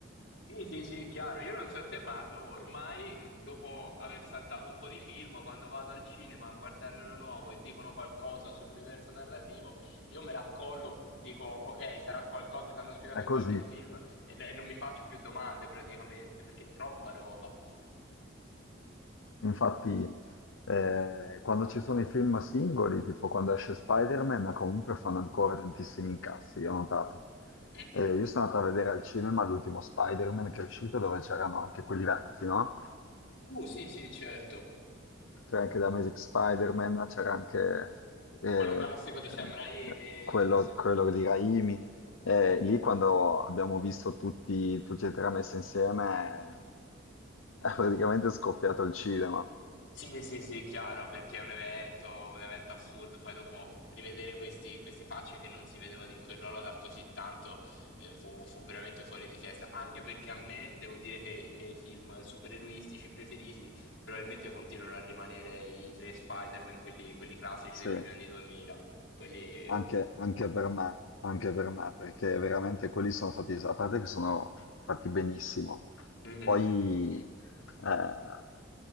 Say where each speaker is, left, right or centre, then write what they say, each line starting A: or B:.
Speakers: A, on the left; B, on the left.
A: Sì, sì, sì, chiaro. Io non so te, ma ormai dopo aver saltato un po' di film, quando vado al cinema a guardarne uno nuovo e dicono qualcosa sull'universo narrativo, io me l'accollo, dico ok, sarà qualcosa che hanno spiegato
B: È
A: in
B: così.
A: qualche film e, e non mi faccio più domande praticamente, perché è troppa roba.
B: Infatti, eh, quando ci sono i film singoli, tipo quando esce Spider-Man, comunque fanno ancora tantissimi incassi, io ho notato.
A: Mm.
B: Eh, io sono andato a vedere al cinema l'ultimo Spider-Man che è uscito, dove c'erano anche quelli vecchi, no?
A: Uh, sì, sì, certo.
B: C'era anche The Amazing Spider-Man, c'era anche eh,
A: Quello classico di Sam Raimi.
B: quello, quello di Raimi. Eh, lì quando abbiamo visto tutti, tutti e tre messi insieme, eh, è praticamente scoppiato il cinema.
A: Sì, sì, sì, chiaro, perché è un evento, un evento assurdo. Poi dopo rivedere questi- queste facce che non si vedevano in quel ruolo da così tanto, eh, fu, fu veramente fuori di testa. Anche perché a me, devo dire che i miei film supereroistici preferiti probabilmente continuano a rimanere i tre Spider-Man, quelli, quelli classici
B: Sì.
A: dei primi anni 2000. Quelli...
B: Anche, anche per me, anche per me, perché veramente quelli sono stati, a parte che sono fatti benissimo,
A: Mhm.
B: poi eh,